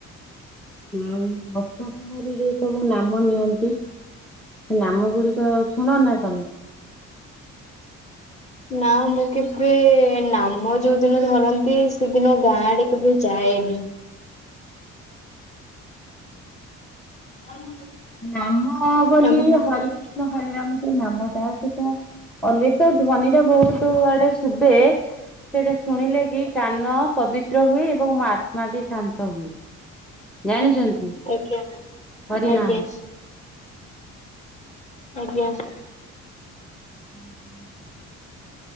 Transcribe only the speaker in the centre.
ଆଉ ଅଷ୍ଟପହରୀରେ ସବୁ ନାମ ନିଅନ୍ତି। ସେ ନାମ ଗୁଡିକ ଶୁଣ ନା ତମେ?
ନାମ ବୋଲି
ହରେ କୃଷ୍ଣ ହରେରାମ ଯୋଉ ନାମଟା ସେ ଅଲେରେଡି ତା ଧ୍ୱନି ଟା ବହୁତ ଆଡେ ସୁୁଭେ ସେଟା ଶୁଣିଲେ କି କାନ ପବିତ୍ର ହୁଏ ଏବଂ ମୋ ଆତ୍ମା ବି ଶାନ୍ତ ହୁଏ। ଜାଣିଛନ୍ତି।
ହରିନାମ
<inaudible>